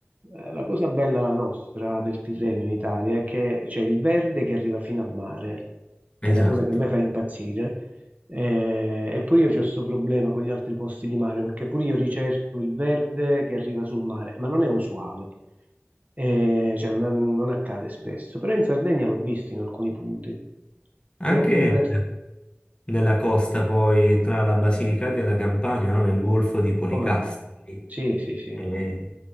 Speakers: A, on the right; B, on the left.
A: eh, la cosa bella nostra del Tirreno in Italia è che c'è il verde che arriva fino al mare, che
B: Esatto.
A: è una cosa che a me fa impazzire. Eh, E pure io ho questo problema con gli altri posti di mare, perché pure io ricerco il verde che arriva sul mare, ma non è usuale, Eh, cioè non, non accade spesso. Però in Sardegna l'ho visto in alcuni punti.
B: Anche
A: Però pure...
B: nella costa poi tra la Basilicata e la Campania, no? Nel golfo di Policastro.
A: Come no? Sì, sì, sì,
B: E